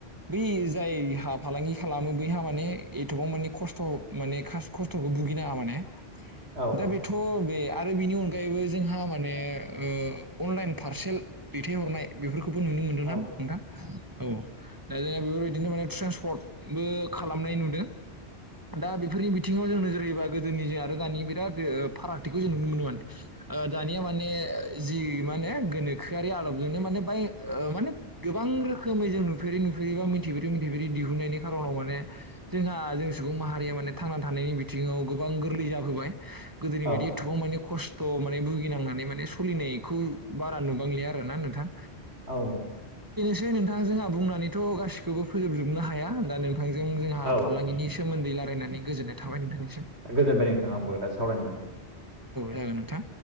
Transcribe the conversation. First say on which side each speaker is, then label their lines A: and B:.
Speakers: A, on the right; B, on the right.
A: बै जायहा फालांगि खालामो बैहा माने माने एथबां माने खस्थ' माने खास खस्थ'खौ भुगिनाङा माने
B: औ
A: दा बिथ' बे आरो बिनि अनगायैबो जोंहा माने ओ अनलाइन पारसेल दैथायहरनाय बेफोरखौ बो नुनो मोन्दों
B: औ
A: ना नोंथां औ दा जोङो बेफोरबायदिनो माने ट्रेन्सपर्टबो खालामनाय नुदों। दा बेफोरनि बिथिङाव जों नोजोर होयोबा गोदोनि जों आरो दानि बिराद ओ फारागथिखौ जों नुनो मोनो माने दानिया माने जि माने गोनोखोआरि आदबजोंनो माने बै माने गोबां रोखोमै जों नुफेरै नु फेरि बा मिथिफेर मिथिफेरै दिहुननायनि खारनाव माने जोंहा जों सुबुं माहारिया माने थांना थानायनि बिथिं थिङाव गोबां गोरलै जाबोबाय गोदोनि
B: औ
A: बायदि एथबां माने खस्थ' थ' माने भुगिनांनानै माने सलिनायखौ बारा नुबांलिया आरोना नोंथां।
B: औ नोंथां।
A: जे नोंथां जोंहा बुंनानैथ' गासिखौबो फोजोबजोबनो हाया दा नोंथांजों जोंहा
B: औ
A: फालांगिनि सोमोन दै लायरायनानै गोजोननाय थाबाय नोंथांनि
B: गोजोनबाय नोंथां आंबो दा सावरायनोमोन औ।
A: जागोन नोंथां